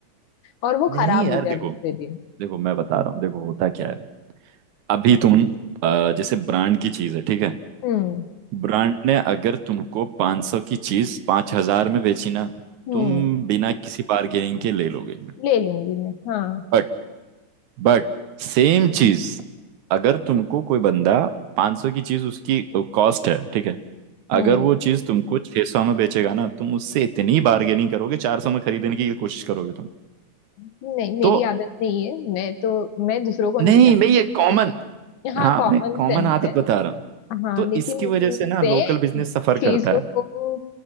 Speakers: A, on the left; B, on the right.
A: और वो
B: नहीं
A: खराब
B: यार
A: हो गया
B: देखो
A: दूसरे दिन
B: देखो मैं बता रहा हूँ देखो होता क्या है अभी तुम अ, जैसे ब्रांड की चीज है ठीक है
A: हम्म
B: ब्रांड ने अगर तुमको 500 की चीज 5000 में बेची ना
A: हम्म
B: तुम बिना किसी बार्गेनिंग के ले लोगे
A: ले लूंगी मैं हाँ
B: बट बट सेम
A: हम्म
B: चीज अगर तुमको कोई बंदा 500 की चीज उसकी कॉस्ट है ठीक है
A: हम्म,
B: अगर वो चीज तुमको 600 में बेचेगा ना तुम उससे इतनी बार्गेनिंग करोगे 400 में खरीदने की कोशिश करोगे तुम
A: नहीं मेरी
B: तो
A: आदत नहीं है मैं तो मैं दूसरों को नहीं
B: नहीं
A: जानती
B: मैं ये
A: हूँ
B: कॉमन
A: मैं हाँ
B: हाँ
A: कॉमन
B: मैं कॉमन
A: सेंस
B: आदत
A: है
B: बता रहा हूँ
A: हाँ
B: तो
A: लेकिन
B: इसकी वजह से ना लोकल
A: मैं
B: बिजनेस सफर
A: चीजों
B: करता है
A: को